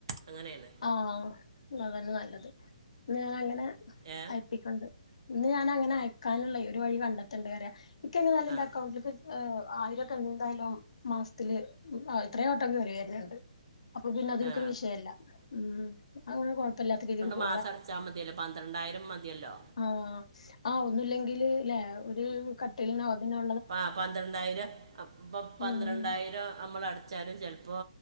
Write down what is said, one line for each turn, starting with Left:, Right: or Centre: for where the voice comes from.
Right: അങ്ങനേണ്
Left: ആഹ് അതന്നെ നല്ലത് ന്ന ഞാൻ അങ്ങനെ
Right: ഏ
Left: അയപ്പിക്കണ്ട് ഇന്ന് ഞാന അങ്ങനെ അയക്കാനുള്ളേ ഒരു വഴി കണ്ടത്തണ്ട് ക്ക് ങ്ങനായാലും
Right: ആ
Left: ൻ്റെ ണ്ട്ക്ക് അ് ആയിരൊക്കെ ന്തായാലും മാസ്ത്തില് എത്രയോ വട്ടം കേറിവര്ണണ്ട് അപ്പൊ പിന്നെ അതിൻക്കൊരു
Right: ആ
Left: വിഷയല്ല ഉം അങ്ങനെ കുഴപ്പല്ലാത്ത രീതിക്ക് പോ
Right: മാസടച്ചാ മതിയല്ലോ പന്ത്രണ്ടായിരം മതിയല്ലോ
Left: ആഹ് ആഹ് ഒന്നുല്ലെങ്കിൽ ലേ ഒരു കട്ടിൽനോ തിനോ
Right: ആ പന്ത്രണ്ടായിരം ഇപ്പ പന്ത്രണ്ടായിരം
Left: ഉം
Right: നമ്മളട് ച്ചാലും ചെൽപ്പോ